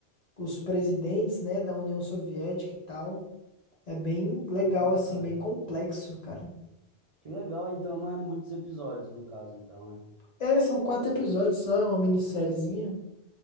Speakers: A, on the left; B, on the right.
A: os presidentes, né, da União Soviética e tal. É bem
B: Ah,
A: legal, assim,
B: cara.
A: bem complexo, cara.
B: Que legal, então não é muitos episódios no caso, então, né?
A: É, são quatro episódios só, é uma minissériezinha.